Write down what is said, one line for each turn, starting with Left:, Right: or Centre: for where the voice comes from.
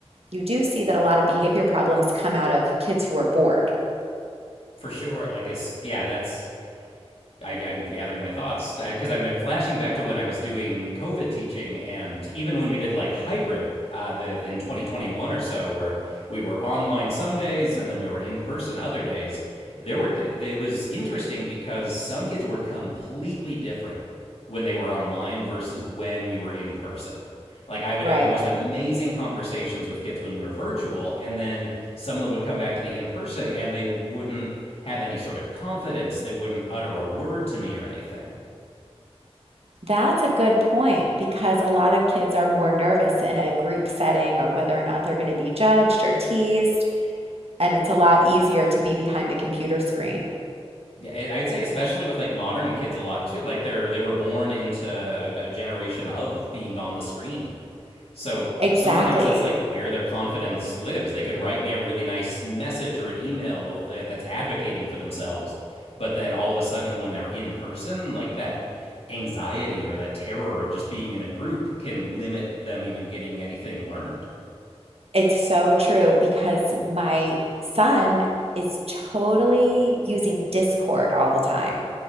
Right: you do see that a lot of behavior problems come out of kids who are bored
Left: For sure. Like it's yeah, that's I, I'm gathering my thoughts because I'm uh, flashing back to when I was doing COVID teaching, and even when we did like hybrid uh, the, the- in 2021 or so, where we were online some days and then we were in person other days, there were it was interesting because some kids were completely different when they were online versus when we were in person. Like I would
Right: right
Left: have the most amazing conversations with kids when we were virtual, and then some of them would come back to the in person and they wouldn't have any sort of confidence. They wouldn't utter a word to me or anything.
Right: That's a good point because a lot of kids are more nervous in a group setting or whether or not they're going to be judged or teased. And it's a lot easier to be behind the computer screen.
Left: Yeah, I- would say especially with like modern kids a lot too. Like they're they were born into a, a generation of being on the screen. So
Right: Exactly.
Left: sometimes that's like where their confidence lives. They can write me a really nice message or an email with uh, that's advocating for themselves, but then all of a sudden when they're in person, like that anxiety or that terror of just being in a group can limit them even getting anything learned.
Right: It's so true because my son is totally using Discord all the time,